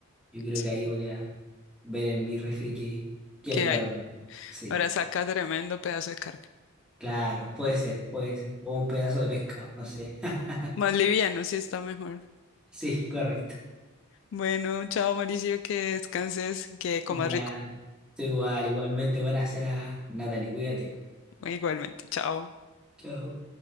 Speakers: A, in the centre; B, on the left.
A: yo creo
B: Sí,
A: que ahí voy a ver en mi refri qué, qué
B: ¿Qué
A: hay para
B: hay?
A: probar. Sí,
B: Ahora saca tremendo pedazo de carne.
A: claro, puede ser, puede ser. O un pedazo de pescado, no sé. <laughs>
B: Más liviano, sí está mejor.
A: Sí, correcto.
B: Bueno, chao, Mauricio, que descanses, que comas
A: Ya,
B: rico.
A: estoy igual, igualmente buena cena, Natalie, cuídate.
B: Igualmente, chao.
A: Chao.